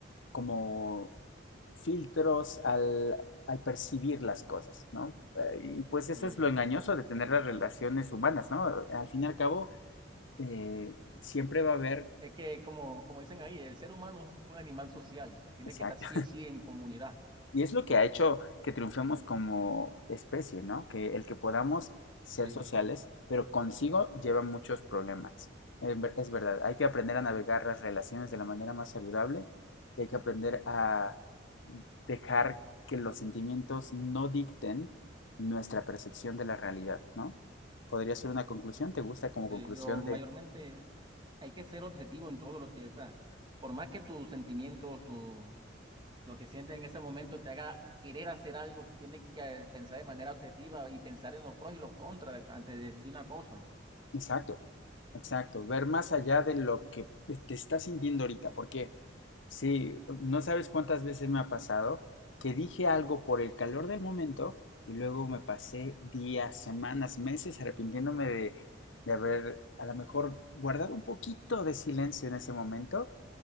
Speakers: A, on the left (about 80°); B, on the right (about 25°).
A: como filtros al, al percibir las cosas, ¿no? Eh, y pues eso
B: sí.
A: es lo engañoso de tener las relaciones humanas, ¿no? Al fin y al cabo, eh, siempre va a haber,
B: Es que, como, como dicen ahí, el ser humano es un animal social. Tiene
A: exacto,
B: que estar sí o sí en comunidad.
A: Y es lo que ha hecho que triunfemos como especie, ¿no? Que el que podamos ser
B: Sí,
A: sociales, pero consigo lleva muchos problemas. Es ver- es verdad, hay que aprender a navegar las relaciones de la manera más saludable y hay que aprender a dejar que los sentimientos no dicten nuestra percepción de la realidad, ¿no? Podría ser una conclusión, ¿te gusta como
B: sí.
A: conclusión
B: Yo mayormente
A: de...
B: hay que ser objetivo en todo lo que es. Por más que tus sentimientos, tu lo que sientes en ese momento te haga querer hacer algo, tienes que pensar de manera objetiva y pensar en los pros y los contras antes de decir una cosa.
A: Exacto. Exacto, ver más allá de lo que eh, te estás sintiendo ahorita, porque sí, no sabes cuántas veces me ha pasado que dije algo por el calor del momento y luego me pasé días, semanas, meses arrepintiéndome de, de haber a lo mejor guardado un poquito de silencio en ese momento